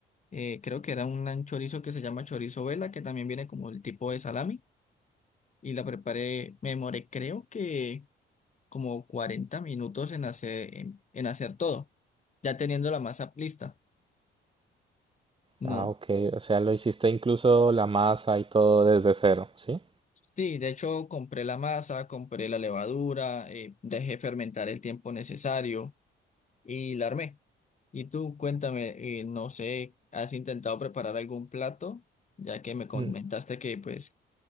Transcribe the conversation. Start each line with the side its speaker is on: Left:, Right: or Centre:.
Left: eh, creo que era un chorizo que se llama chorizo vela, que también viene como el tipo de salami. Y la preparé, me demoré creo que como 40 minutos en hacer, en, en hacer todo, ya teniendo la masa lista. No,
Right: Ah, ok. O sea, lo hiciste incluso la masa y todo desde cero, ¿sí?
Left: sí, de hecho compré la masa, compré la levadura, eh, dejé fermentar el tiempo necesario y la armé. Y tú, cuéntame, eh, no sé, ¿has intentado preparar algún plato? Ya que me comentaste
Right: Mm.
Left: que pues